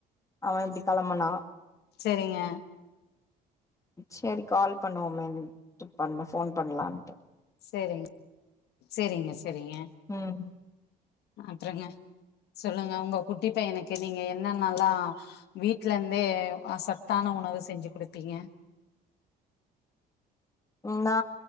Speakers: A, on the left (about 20°); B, on the left (about 75°).
A: அவெ இப்டி கெளம்புனா
B: சேரிங்க
A: சேரி கால் பண்ணுவோமேன்ட்டு பண்ண ஃபோன் பண்லான்ட்டு
B: சேரிங்க சேரிங்க செரிங்க
A: ம்
B: அ அப்றங்க சொல்லுங்க உங்க ஹு இப்போ எனக்கு நீங்க என்னன்னாலா வீட்ல இந்தே ஆ சத்தான உணவு செஞ்சி குடுப்பீங்க
A: நா